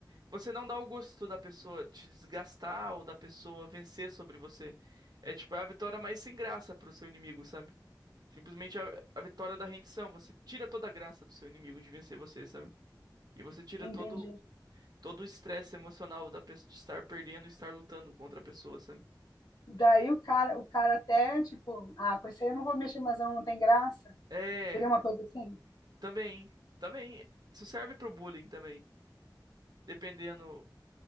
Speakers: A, on the right; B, on the left.
A: Você não dá o gosto da pessoa te desgastar ou da pessoa vencer sobre você. É tipo, é a vitória mais sem graça pro seu inimigo, sabe? Simplesmente a, a vitória da rendição. Você tira toda a graça do seu inimigo de vencer você, sabe? E você tira
B: Entendi.
A: todo, todo o estresse emocional da pessoa de estar perdendo, e estar lutando contra a pessoa, sabe?
B: Daí o cara, o cara até tipo, ah, com isso aí eu não vou mexer, mas não tem graça.
A: É,
B: Seria uma coisa assim?
A: também, também. Isso serve pro bullying também. Dependendo.